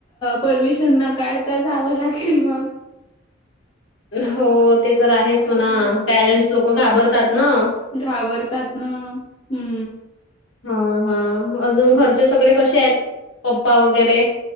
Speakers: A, on the left (about 25°); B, on the left (about 70°).
A: परमिशन न काढ तर जावं लागेल मग ती
B: हो
A: पाचशे
B: ते
A: वाला
B: तर आहेच
A: बिल पाहिलं
B: म्हणा पॅरेंट्स लोक घाबरतात ना
A: घाबरतात ना हू
B: हा हा अजून घरचे सगळे कशे आहेत पप्पा वगैरे